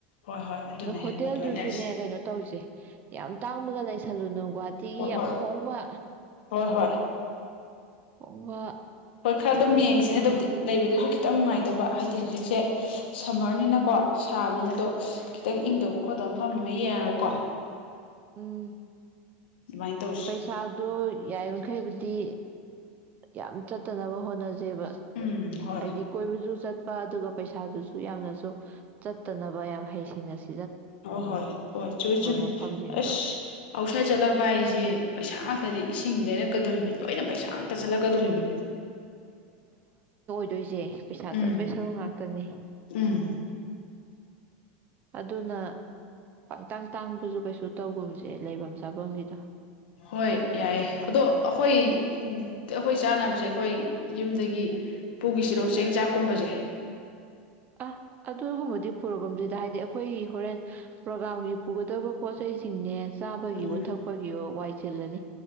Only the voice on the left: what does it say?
ꯍꯣꯏ ꯍꯣꯏ ꯑꯗꯨꯅꯦ
ꯑꯗꯨꯃꯥꯏꯅ
ꯍꯣꯏ
ꯍꯣꯏ
ꯍꯣꯏ ꯍꯣꯏ
ꯍꯣꯏ ꯈꯔ ꯑꯗꯨꯝ ꯌꯦꯡꯁꯤꯅꯦ ꯑꯗꯨꯕꯨꯗꯤ ꯂꯩꯕꯗꯨꯁꯨ ꯈꯤꯇꯪ ꯅꯨꯡꯉꯥꯏꯇꯕ ꯍꯥꯏꯗꯤ ꯍꯧꯖꯤꯛꯁꯦ ꯁꯝꯃ꯭ꯔꯅꯤꯅ ꯀꯣ ꯁꯥꯕꯅꯤꯅ ꯑꯗꯣ ꯈꯤꯇꯪ ꯏꯪꯗꯧꯕ ꯈꯣꯠꯇꯕ ꯃꯐꯝ ꯑꯃ ꯌꯦꯡꯉꯒꯀꯣ
ꯑꯗꯨꯃꯥꯏꯅ ꯇꯧꯁꯤ
ꯎꯝ ꯍꯣꯏ
ꯍꯣꯏ ꯍꯣꯏ ꯍꯣꯏ ꯆꯨꯝ ꯆꯨꯝꯃꯤ
ꯑꯁ ꯑꯥꯎꯠꯁꯥꯏꯠ ꯆꯠꯂꯛꯄ ꯑꯩꯁꯦ ꯄꯩꯁꯥ ꯉꯥꯛꯇꯅꯤ ꯏꯁꯤꯡ ꯂꯩꯔꯛꯀꯗꯣꯔꯤꯕꯅꯤ ꯂꯣꯏꯅ ꯄꯩꯁꯥ ꯑꯝꯇ ꯆꯠꯂꯛꯀꯗꯣꯔꯤꯕꯅꯤ
ꯎꯝ
ꯎꯝ
ꯍꯣꯏ ꯌꯥꯏꯌꯦ ꯑꯗꯣ ꯑꯩꯈꯣꯏ ꯑꯩꯈꯣꯏ ꯆꯥꯅꯕꯁꯦ ꯑꯩꯈꯣꯏ ꯌꯨꯝꯗꯒꯤ ꯄꯨꯈꯤꯁꯤꯔꯣ ꯆꯦꯡ ꯆꯥꯛꯀꯨꯝꯕꯁꯦ
ꯎꯝ